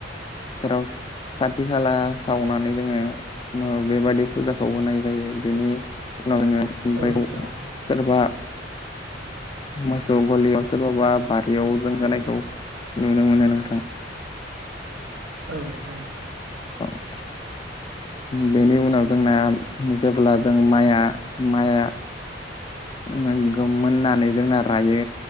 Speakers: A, on the left; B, on the right.
A: फोथोराव साथि खाला सावनानै जोङो बेबादि फुजाखौ होनाय जायो बेनि उनाव जोङो
B: औ नोंथां
A: सोरबा मोसौ गलियाव सोरबाबा बारियाव जों होनायखौ नुनो मोनो नोंथां
B: औ नोंथां
A: <inaudible> बेनि उनाव जोंना जेब्ला जों माइआ माइआ नोंगो मोननानै जोंना रायो